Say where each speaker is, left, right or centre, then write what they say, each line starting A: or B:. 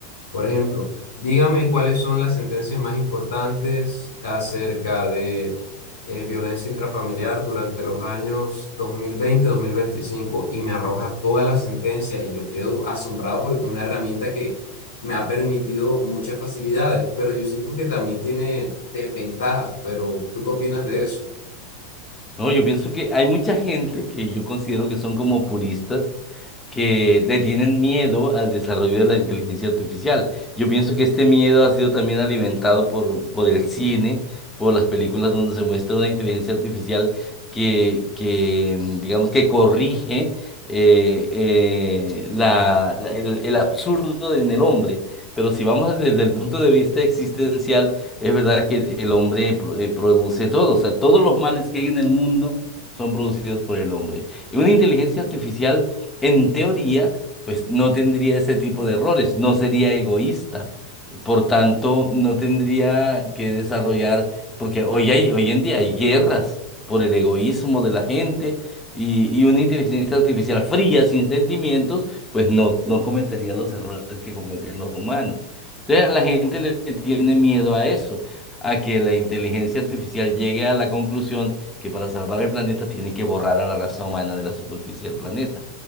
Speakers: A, on the left; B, on the left.
A: por ejemplo, dígame cuáles son las sentencias más importantes acerca de eh, violencia intrafamiliar durante los años dos dos mil veinte mil veinticinco y me arroja todas las sentencias y yo quedo asombrado porque es una herramienta que me ha permitido muchas facilidades, pero yo siento que también tiene desventajas, pero ¿tú qué opinas de eso?
B: No, yo pienso que hay mucha gente que yo considero que son como puristas, que le tienen miedo al desarrollo de la inteligencia artificial. Yo pienso que este miedo ha sido también alimentado por, por el cine, por las películas donde se muestra una inteligencia artificial que, que mm, digamos, que corrige eh, eh, la, la- el, el absurdo en el hombre. Pero si vamos desde el punto de vista existencial, es verdad que el el hombre pro- eh, produce todo, o sea, todos los males que hay en el mundo son producidos por el hombre. Y una inteligencia artificial en teoría, pues no tendría ese tipo de errores, no sería egoísta. Por tanto, no tendría que desarrollar, porque hoy hay, hoy en día hay guerras por el egoísmo de la gente y, y una inteligencia artificial fría, sin sentimientos, pues no, no cometería los errores que cometen los humanos. Entonces, a la gente le le tiene miedo a eso, a que la inteligencia artificial llegue a la conclusión que para salvar el planeta tiene que borrar a la raza humana de la superficie del planeta.